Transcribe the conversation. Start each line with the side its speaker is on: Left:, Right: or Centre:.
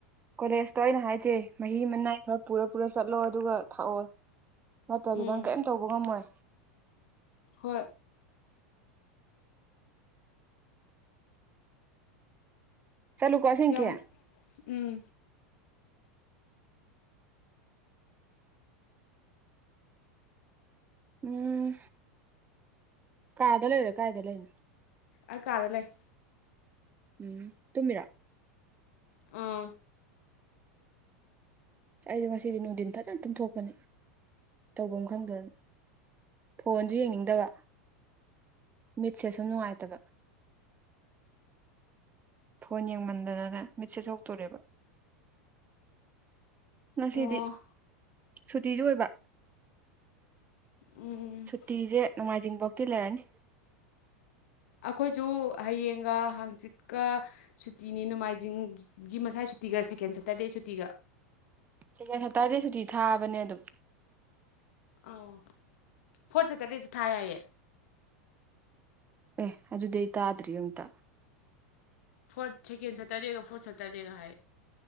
Right: ꯀꯣꯂꯦꯖꯇꯣ ꯑꯩꯅ ꯍꯥꯏꯖꯦ ꯃꯍꯤ ꯃꯅꯥꯏ ꯈꯔ ꯄꯨꯔ ꯄꯨꯔ ꯆꯠꯂꯣ ꯑꯗꯨꯒ ꯊꯥꯛꯑꯣ ꯅꯠꯇ꯭ꯔꯗꯤ
Left: ꯎꯝ
Right: ꯅꯪ ꯀꯔꯤꯝ ꯇꯧꯕ ꯉꯝꯃꯣꯏ
Left: ꯍꯣꯏ
Right: ꯆꯠꯂꯨꯀꯣ ꯑꯁꯦꯡꯀꯤ
Left: ꯌꯥꯝ ꯎꯝ
Right: ꯎꯝ ꯀꯥꯗ ꯂꯩꯔꯣ ꯀꯥꯏꯗ ꯂꯩꯅꯣ
Left: ꯑ ꯀꯥꯗ ꯂꯩꯦ
Right: ꯎꯝ ꯇꯨꯝꯃꯤꯔꯛ
Left: ꯑꯥ
Right: ꯑꯩꯁꯨꯣ ꯉꯁꯤꯗꯤ ꯅꯨꯡꯊꯤꯟ ꯐꯖꯅ ꯇꯤꯟꯊꯣꯛꯄꯅꯤ ꯇꯧꯐꯝ ꯈꯪꯗꯅ ꯐꯣꯟꯗꯨ ꯌꯦꯡꯅꯤꯡꯗꯕ ꯃꯤꯠꯁꯦ ꯁꯨꯝ ꯅꯨꯡꯉꯥꯏꯇꯕ ꯐꯣꯟ ꯌꯦꯡꯃꯟꯗꯅꯅ ꯃꯦꯠꯁꯦꯖ ꯍꯧꯇꯣꯔꯦꯕ ꯉꯁꯤꯗꯤ
Left: ꯑꯣ
Right: ꯁꯨꯇꯤꯁꯨ ꯑꯣꯏꯕ
Left: ꯎꯝ
Right: ꯁꯨꯇꯤꯁꯦ ꯅꯣꯡꯃꯥꯏꯖꯤꯡꯐꯥꯎꯇꯤ ꯂꯩꯔꯅꯤ
Left: ꯑꯩꯈꯣꯏꯁꯨ ꯍꯌꯦꯡꯒ ꯍꯥꯡꯆꯤꯠꯀ ꯁꯨꯇꯤꯅꯤ ꯅꯣꯡꯃꯥꯏꯖꯤꯡꯒꯤ ꯃꯁꯥ ꯁꯨꯇꯤꯒ ꯁꯦꯀꯦꯟ ꯁꯇꯔꯗꯦ ꯁꯨꯇꯤꯒ
Right: ꯆꯦꯀꯦ ꯁꯇꯥꯔꯗꯗꯤ ꯁꯨꯇꯤ ꯊꯥꯕꯅꯦ ꯑꯗꯨꯝ
Left: ꯑꯥꯎ ꯐꯣꯔꯠ ꯁꯦꯇꯔꯗꯦꯁꯦ ꯊꯥ ꯍꯥꯏꯌꯦ
Right: ꯑꯦ ꯑꯗꯨꯗꯤ ꯑꯩ ꯇꯥꯗ꯭ꯔꯤ ꯑꯨꯇ
Left: ꯐꯣꯔꯠ ꯁꯦꯀꯦꯟ ꯁꯇꯔꯗꯦꯒ ꯐꯣꯔꯠ ꯁꯇꯔꯗꯦꯒ ꯍꯥꯏ